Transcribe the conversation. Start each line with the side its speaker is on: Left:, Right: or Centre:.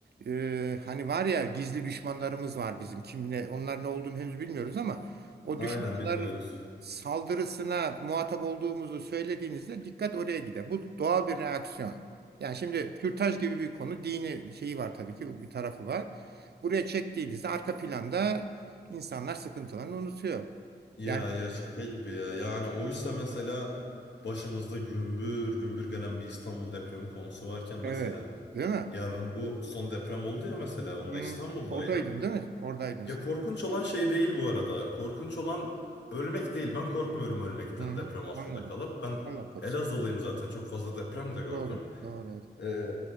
Right: ee, hani var ya gizli düşmanlarımız var bizim. Kimle onlar ne olduğunu henüz bilmiyoruz ama o
Left: Aynen
Right: düşmanlar
Left: bilmiyoruz.
Right: saldırısına muhatap olduğumuzu söylediğinizde dikkat oraya gider. Bu doğal bir reaksiyon. Yani şimdi kürtaj gibi bir konu dini şeyi var tabii ki bir tarafı var. Buraya çektiğinizde arka planda insanlar sıkıntılarını unutuyor.
Left: Ya
Right: Yani
Left: ya şaka gibi ya. Yani oysa mesela başımızda gümbür gümbür gelen bir İstanbul depremi konusu varken mesela.
Right: evet değil mi?
Left: Ya ben bu son deprem oldu ya mesela onda
Right: Hı,
Left: İstanbul'daydım.
Right: oradaydın değil mi? Oradaydın
Left: Ya
Right: sen.
Left: korkunç olan şey değil bu arada. Korkunç olan ölmek değil. Ben korkmuyorum ölmekten
Right: Hı hı,
Left: deprem altında
Right: anladım.
Left: kalıp. Ben
Right: Allah korusun.
Left: Elazığlıyım zaten. Çok fazla deprem de gördüm.
Right: Doğru, doğru. evet.
Left: Ee,